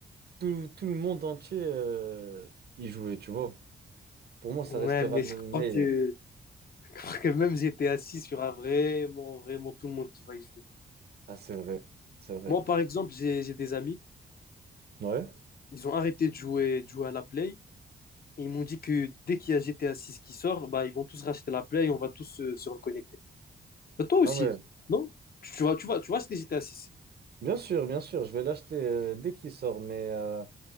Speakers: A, on the right; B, on the left.
A: tout, tout le monde entier euh, y jouait, tu vois. Pour moi, ça
B: Ouais,
A: restera
B: mais
A: le
B: je
A: meilleur.
B: crois que je crois que même GTA six il y aura vraiment, vraiment tout le monde qui va y jouer.
A: Ah, c'est vrai, c'est vrai.
B: Moi, par exemple, j'ai j'ai des amis,
A: Ouais.
B: ils ont arrêté de jouer, de jouer à la Play et ils m'ont dit que dès qu'il y a GTA six qui sort, bah ils vont tous racheter la Play et on va tous se, se reconnecter. Bah, toi aussi,
A: Ah ouais,
B: non? Tu vas, tu vas, tu vas se hésiter à six,
A: bien sûr, bien sûr, je vais l'acheter euh, dès qu'il sort, mais euh,